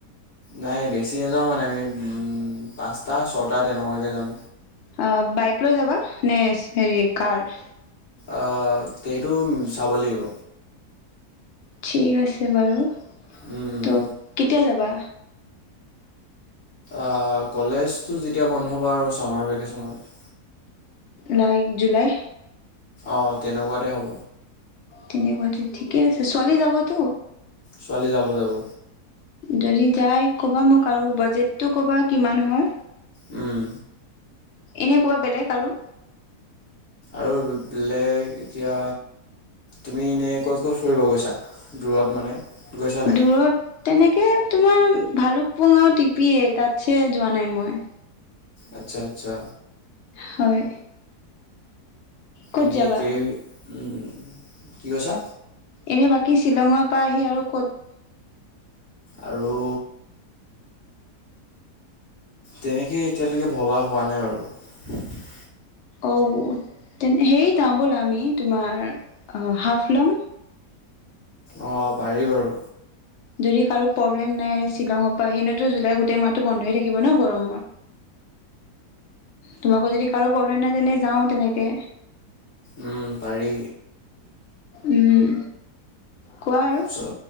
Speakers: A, on the left; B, on the left.
A: নাই, বেছি নাযাওঁ মানে আমি, উম পাঁচটা-ছটা তেনেকুৱাকে যাম।
B: আ বাইক লৈ যাবা নে, হেৰি কাৰ?
A: আ টেইটোন চাব লাগিব।
B: ঠিক আছে বাৰু।
A: উম,
B: তোপ
A: উম।
B: কেতিয়া যাবা?
A: আ কলেজটো যেতিয়া বন্ধ হ'ব আৰু সামাৰ ভেকেচনত
B: লাইক জুলাই।
A: অ তেনেকুৱাতে হ'ব।
B: তেনেকুৱাতেই ঠিকে আছে, ছোৱালী যাবতো?
A: ছোৱালী যাব, যাব।
B: যদি যায় ক'বা মোক আৰু বাজেটটো ক'বা, কিমান হয়?
A: উম।
B: এনেকুৱা বেলেগ আৰু?
A: আৰু বে বেলেগ এতিয়া? তুমি ইনে কছ ক'ত ফুৰিব গৈছা, দূৰত মানে? গৈছা নাই
B: দূৰত তেনেকে তোমাৰ ভালুকপুং আও টিপিয়ে তাতছে যোৱা নাই মই।
A: আচ্ছা, আচ্ছা।
B: হয় ক'ত
A: এনেই
B: যাবা
A: যে উম কি কৈছা
B: এনে বাকী শ্বিলঙৰ পৰা আহি আৰু ক'ত
A: আৰু তেনেকে এতিয়ালৈকে ভবা হোৱা নাই বাৰু
B: অও তে সেই যাম বলা আমি তোমাৰ হাফ লম
A: অ পাৰি বাৰু
B: যদি কাৰো প্ৰব্লেম নাই শ্বিলঙৰ পৰা সেইনেতো জুলাই গোটেই মাহটো বন্ধ হৈ থাকিব ন গৰমৰ তোমাকো যদি কাৰো প্ৰব্লেম নাই তেনে যাও তেনেকে
A: উম পাৰি
B: উম কোৱা আৰু
A: চ